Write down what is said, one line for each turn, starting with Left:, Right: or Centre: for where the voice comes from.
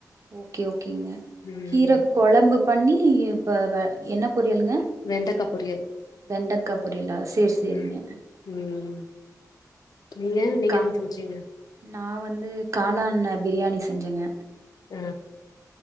Right: ஓகே ஓகேங்க
Left: ம்
Right: கீரக்கொழம்பு பண்ணி இப்ப வெ என்ன பொரியலுங்க
Left: வெண்டக்கா பொரியல்
Right: வெண்டக்கா பொரியலா செரி செரிங்க
Left: ம் ம் நீங்க
Right: சேரிக்கா
Left: நீங்க என்ன சமச்சீங்க
Right: நா வந்து காளாண் ண பிரியாணி செஞ்சேங்க
Left: ஆ